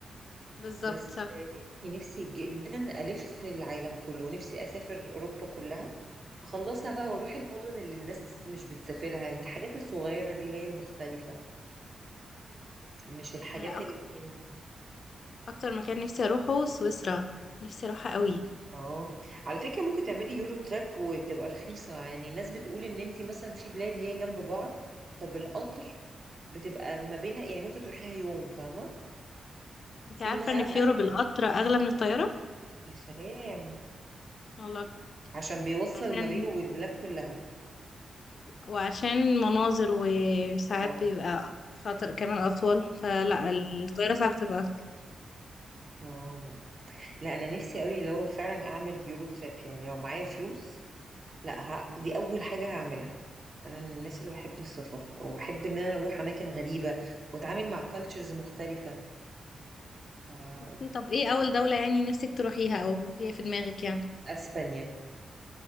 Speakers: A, on the left; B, on the right.
A: بالظبط
B: بس
A: صح
B: نفسي نفسي جدا ألف العالم كله نفسي أسافر أوروبا كلها خلصها بقى وروحي
A: امم
B: المدن اللي الناس مش بتسافرها الحاجات الصغيرة دي اللي هي المختلفة مش الحاجات
A: انا أك...
B: المين
A: اكتر مكان نفسي اروحه سويسرا نفسي اروحها قوي
B: اه على فكرة ممكن تعملي يورو تراب وتبقى رخيصة يعني الناس بتقول ان انت مثلا في بلاد هي جنب بعض فبالقطر بتبقى ما بينها يعني ممكن تروحيها يوم فاهمة
A: انت
B: سي
A: عارفه
B: انت مثلا
A: ان
B: عارفه
A: في
B: ان
A: يوروب
B: في
A: القطر اغلى من الطياره
B: يا سلام
A: والله
B: عشان بيوصل
A: عشان
B: ما بينه والبلاد كلها
A: وعشان مناظر وساعات
B: اه
A: بيبقى فترة كمان أطول فلا الطيارة ساعات بتبقى
B: اه لا انا نفسي قوي لو فعلا اعمل يورو تراب يعني لو معايا فلوس لا ه... دي اول حاجة هعملها انا من الناس اللي بحب السفر واحب ان انا اروح اماكن غريبه واتعامل مع كالتشرز مختلفه ف-
A: اوكي طب ايه اول دولة يعني نفسك تروحيها او هي في دماغك يعني
B: اسبانيا